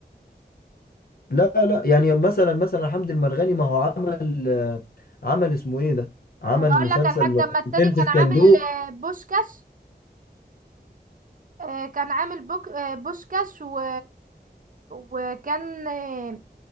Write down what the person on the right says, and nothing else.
طب هقول
لك على حاجة طب ما التاني
كان
عامل آه، بوشكاش آه، كان عامل بوك آه، بوشكاش و... وكان آه،